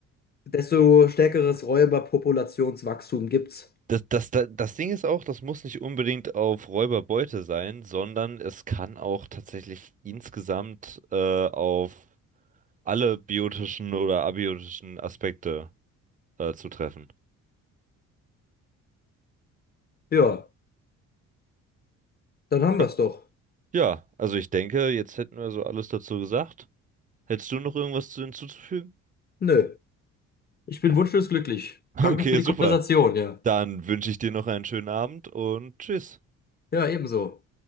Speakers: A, on the left; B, on the right.
A: desto stärkeres Räuberpopulationswachstum gibt's.
B: Das, das, das, das Ding ist auch, das muss nicht unbedingt auf Räuberbeute sein, sondern es kann auch tatsächlich insgesamt äh, auf alle biotischen oder abiotischen Aspekte äh, zutreffen.
A: Ja, dann haben
B: Ja,
A: wir's doch.
B: Ja, also ich denke, jetzt hätten wir so alles dazu gesagt. Hättest du noch irgendwas zu hinzuzufügen?
A: Nö. Ich bin
B: <laughs>
A: wunschlos glücklich.
B: Okay,
A: Danke für die
B: super.
A: Konversation, ja.
B: Dann wünsche ich dir noch einen schönen Abend und tschüss.
A: Ja, ebenso.